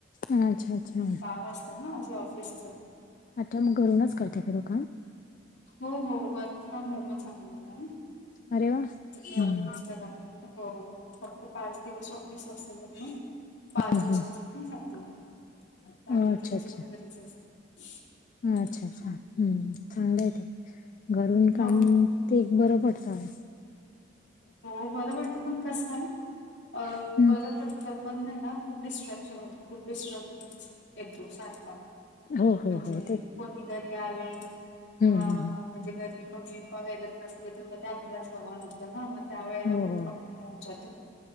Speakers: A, on the left (about 45°); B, on the left (about 70°).
A: अच्छा अच्छा
B: काम असतं ना माझं ऑफिसच
A: आता मग घरूनच करते का ग काम.
B: हो हो वर्क फ्रॉम होमच चालू झालाय ना.
A: अरे वा. हम्म
B: त घर नच करा लागत हो फक्त पाच दिवस ऑफिस असल ना. पाच
A: हम्म
B: दिवसांसाठी जाते मी
A: हम्म
B: बाकी
A: अच्छा
B: दिवस
A: अच्छा
B: मग घरीच असते.
A: अच्छा
B: हम्म.
A: अच्छा हम्म चांगलं आहे ते घरून काम.
B: हो
A: ते एक बरं पडतात.
B: हो मला वाटत पण कसं आहे अ
A: हम्म
B: बर वाटत. पण नाही ना खूप डिस्ट्रॅक्शन होतं खूप डिस्टॅमेंट. येतो सारखा
A: हो
B: म्हणजे
A: हो हो ते
B: कोणी घरी आले किंवा.
A: हम्म हम्म हम्म.
B: म्हणजे घरी मम्मी पप्पा वगरे नसले तर मग ते आपल्यालाच बघां लागतं ना मग त्या वेळेला
A: हो
B: खूप
A: हो
B: कमी. होऊन जत.